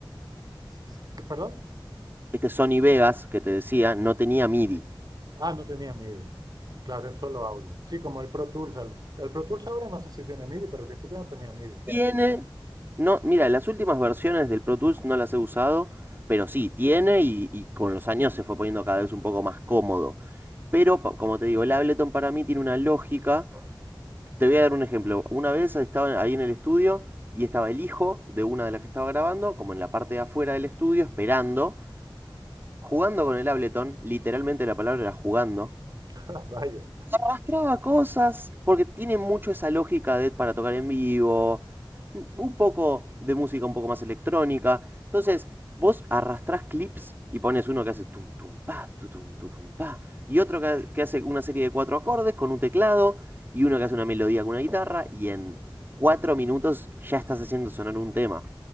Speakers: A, on the right (about 50°); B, on the right (about 25°).
A: Sí, ¿Perdón?
B: Este Sony Vegas que te decía no tenía MIDI.
A: Ah, no tenía MIDI. Claro, es solo audio. Sí, como el Pro Tools. El el Pro Tools ahora no sé si tiene MIDI, pero al principio no tenía MIDI.
B: Tiene
A: <laughs>
B: No, mira, las últimas versiones del Pro Tools no las he usado, pero sí, tiene y, y con los años se fue poniendo cada vez un poco más cómodo. Pero, pa- como te digo, el Ableton para mí tiene una lógica. Te voy a dar un ejemplo. Una vez estaba ahí en el estudio y estaba el hijo de una de las que estaba grabando, como en la parte de afuera del estudio, esperando, jugando con el Ableton. Literalmente la palabra era jugando
A: Ah, Vaya,
B: arrastraba cosas, porque tiene mucho esa lógica de para tocar en vivo, un poco de música un poco más electrónica. Entonces, vos arrastrás clips y pones uno que hace tum tum pa, tu, tum tu, tum pa, y otro que, que hace una serie de cuatro acordes con un teclado, y uno que hace una melodía con una guitarra, y en cuatro minutos ya estás haciendo sonar un tema,